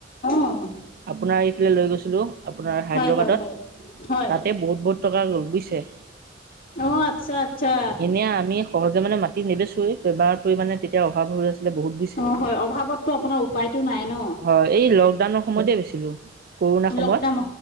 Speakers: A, on the left (about 50°); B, on the right (about 50°).
A: অ'
B: আপোনাৰ এইফালে লৈ গৈছিলোঁ। আপোনাৰ হায়দৰাবাদত।
A: হয় হয় হয় হয়
B: তাতে বহুত বহুত টকা গ'ল বুজিছে?
A: অ' আচ্ছা, আচ্ছা।
B: এনেই আমি সহজে মানে মাটি নেবেছোৱেই, বেমাৰৰ পৰি মানে তেতিয়া অভাৱ হৈ আছিলে বহুত। দিছে,
A: অ হয় অভাৱততো আপোনাৰ উপায়তো নাই ন
B: হয় এই লকডাউনৰ সময়তে গৈছিলো। কৰুণা সময়ত।
A: লকডাউন